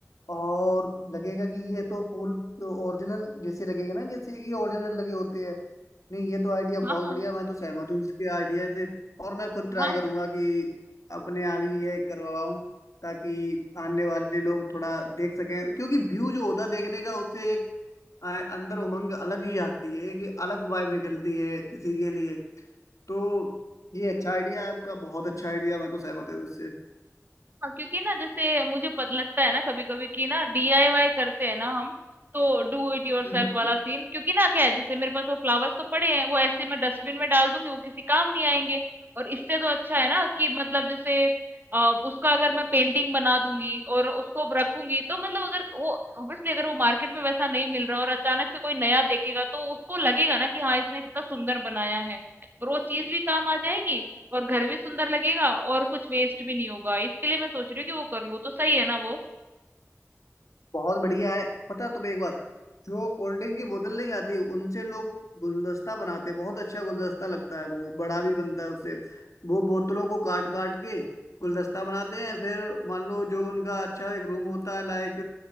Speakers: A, on the left (about 85°); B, on the right (about 40°).
A: और लगेगा कि ये तो फूल तो ओरिजिनल जैसे लगेगा ना जैसे कि ओरिजिनल लगे होते हैं नहीं ये तो आइडिया बहुत
B: हाँ हाँ
A: बढ़िया मैं तो सहमत हूँ इसके आइडिया से और मैं खुद ट्राई
B: हाँ
A: करूंगा कि अपने यहाँ भी ये करवाऊं ताकि आने वाले लोग थोड़ा देख सकें क्योंकि व्यू जो होता है देखने का उससे एक आ, अंदर उमंग अलग ही आती है एक अलग वाइब निकलती है किसी के लिए तो ये अच्छा आइडिया है आपका बहुत अच्छा आइडिया मैं तो सहमत हूँ उससे
B: हाँ, क्योंकि ना जैसे मुझे पत लगता है ना कभी कभी कि ना डीआईवाई करते हैं ना हम तो डू इट योरसेल्फ
A: हम्म
B: वाला सीन क्योंकि ना क्या है जैसे मेरे पास वो फ्लावर्स तो पड़े हैं वो ऐसे मैं डस्टबिन में डाल दूंगी वो किसी काम नहीं आएंगे और इससे तो अच्छा है ना कि मतलब जैसे अ, उसका अगर मैं पेंटिंग बना दूंगी और उसको रखूंगी तो मतलब अगर वो ऑब्वियसली अगर वो मार्केट में वैसा नहीं मिल रहा और अचानक से कोई नया देखेगा तो उसको लगेगा ना कि हाँ इसने कितना सुंदर बनाया है और वो चीज भी काम आ जाएगी और घर भी सुंदर लगेगा और कुछ वेस्ट भी नहीं होगा इसके लिए मैं सोच रही हूँ कि वो कर लूँ तो सही है ना वो
A: बहुत बढ़िया है पता है तुम्हें एक बात जो कोल्ड ड्रिंक की बोतल नहीं आती उनसे लोग गुलदस्ता बनाते हैं बहुत अच्छा गुलदस्ता लगता है वो बड़ा भी बनता है उससे वो बोतलों को काट काट के गुलदस्ता बनाते हैं फिर मान लो जो उनका अच्छा एक रूम होता है लाइक